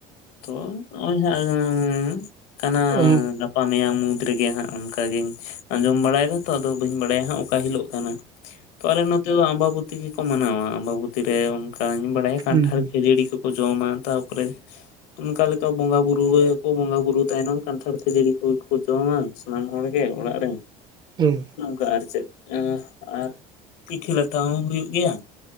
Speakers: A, on the left (about 75°); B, on the right (about 30°).
A: ᱛᱚ ᱱᱚᱜᱼᱚᱭ ᱦᱟᱸᱜ ᱠᱟᱱᱟ
B: ᱦᱩᱸ
A: ᱜᱟᱯᱟ ᱢᱮᱭᱟᱝ ᱢᱩᱫᱽ ᱨᱮᱜᱮ ᱦᱟᱸᱜ ᱚᱱᱠᱟ ᱜᱤᱧ ᱟᱸᱡᱚᱢ ᱵᱟᱲᱟᱭ ᱫᱟ ᱛᱚ ᱟᱫᱚ ᱵᱟᱹᱧ ᱵᱟᱲᱟᱭᱟ ᱦᱟᱸᱜ ᱚᱠᱟ ᱦᱤᱞᱳᱜ ᱠᱟᱱᱟ᱾ ᱛᱚ ᱟᱞᱮ ᱱᱚᱛᱮ ᱫᱚ ᱟᱢᱵᱟᱵᱤᱛᱤ ᱛᱮᱜᱮᱠᱚ ᱢᱟᱱᱟᱣᱟ ᱟᱢᱵᱟᱵᱚᱛᱤ ᱨᱮ ᱚᱱᱠᱟᱧ ᱵᱟᱲᱟᱭᱟ ᱠᱟᱱᱴᱷᱟᱲ
B: ᱦᱩᱸ ᱦᱩᱸ
A: ᱠᱷᱟᱹᱡᱟᱹᱲᱤ ᱠᱚᱠᱚ ᱡᱚᱢᱟ ᱛᱟᱯᱚᱨᱮᱼᱼ ᱚᱱᱠᱟ ᱞᱮᱠᱟ ᱵᱚᱸᱜᱟ ᱵᱩᱨᱩᱭᱟᱠᱚ ᱵᱚᱸᱜᱟ ᱵᱩᱨᱩ ᱛᱟᱭᱱᱚᱢ ᱠᱟᱱᱴᱷᱟᱲ ᱥᱮ ᱡᱟᱹᱲᱤ ᱠᱚᱠᱚ ᱡᱚᱢᱟ᱾ ᱥᱟᱱᱟᱢ ᱦᱚᱲ ᱜᱮ ᱚᱲᱟᱜ ᱨᱮᱼᱼ
B: ᱦᱮᱸ
A: ᱠᱟ ᱟᱨ ᱪᱮᱫ ᱟᱨ ᱯᱤᱴᱷᱟᱹ ᱞᱟᱴᱷᱟ ᱦᱚᱸ ᱦᱩᱭᱩᱜ ᱜᱮᱭᱟ᱾